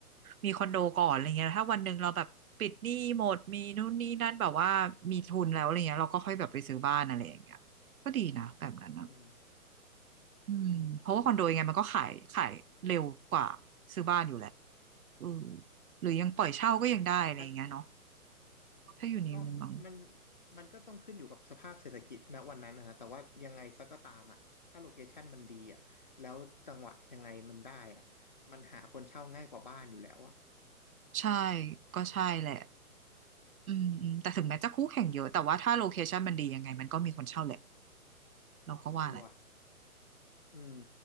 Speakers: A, on the right (about 70°); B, on the left (about 35°).
A: มีคอนโดก่อนอะไรเงี้ยถ้าวันหนึ่งเราแบบปิดหนี้หมดมีนู่นนี่นั่นแบบว่ามีทุนแล้วอะไรเงี้ยเราก็ค่อยแบบไปซื้อบ้านอะไรอย่างเงี้ยก็ดีนะแบบนั้นนะ
B: อืม
A: อืมเพราะว่าคอนโดยังไงมันก็ขายขายเร็วกว่าซื้อบ้านอยู่แหละ
B: เออ
A: อืมหรือยังปล่อยเช่าก็ยังได้อะไรเงี้ยเนาะ
B: เออถ้า
A: ถ้าอยู่ในเมือง
B: ก็มันมันก็ต้องขึ้นอยู่กับสภาพเศรษฐกิจณวันนั้นนะนะแต่ว่ายังไงซะก็ตามอ่ะถ้าโลเคชันมันดีอ่ะแล้วจังหวะยังไงมันได้อ่ะมันหาคนเช่าง่ายกว่าบ้านอยู่แล้วอ่ะ
A: ใช่ก็ใช่แหละอืมอืมแต่ถึงแม้จะคู่แข่งเยอะแต่ว่าถ้าโลเคชันมันดียังไงมันก็มีคนเช่าแหละเราก็ว่าแหละ
B: ชัวร์อืม